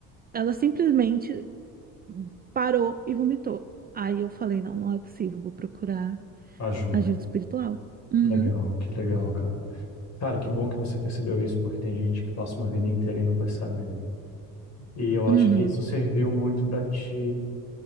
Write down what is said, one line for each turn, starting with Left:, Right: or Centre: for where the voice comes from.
Right: ela simplesmente parou e vomitou. Aí eu falei, não, não é possível, vou procurar
Left: ajuda.
Right: ajuda espiritual. Uhum,
Left: Legal, que legal, cara. Cara, que bom que você percebeu isso, porque tem gente que passa uma vida inteira e não percebe. né? E eu acho
Right: uhum,
Left: que isso serviu muito para te